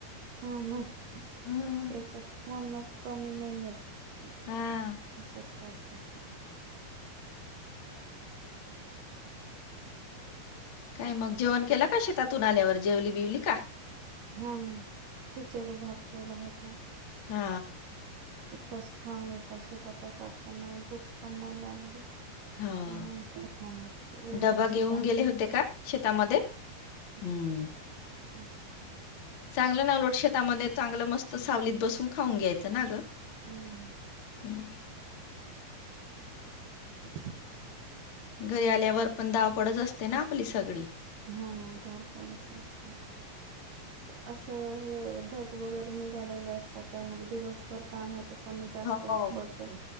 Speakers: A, on the right; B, on the left.
A: हा ना
B: हम्म.
A: त्याचं फोनच कमी नाही येत.
B: हा
A: सबस्क्राईब कर
B: काय मग जेवण केल शेतातून आल्यावर जेवली बिवली का?
A: हा ना खिचडी भात केला होता.
B: हा
A: तिखरस खाऊन घेतला शेतातच जाता नाही भूक पण नाही लागली.
B: हो
A: मग नंतर खाणार उडदाची
B: डबा घेऊन
A: दाळ
B: गेले होते का शेतामध्ये?
A: ह
B: हम्म
A: बस
B: चांगल नावलोट शेतामध्ये चांगल मस्त सावलीत बसून खाऊन घ्यायच ना ग
A: हम्म
B: हा
A: <unintelligible>
B: घरी आल्यावर पण धावपळच असते ना आपली सगळी
A: होना ना धावपळच असते. अस हे ढग वगैरे निघालेले असतात तर मग दिवसभर काम होत. पण जास्त
B: हो.
A: ऊन पडतय